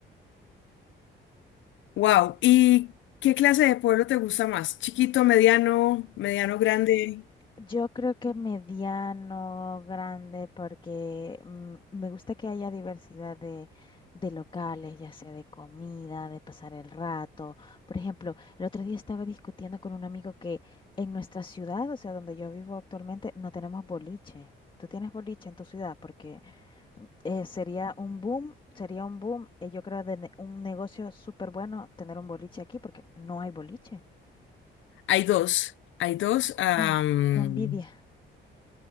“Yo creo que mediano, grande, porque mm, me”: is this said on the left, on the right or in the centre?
Left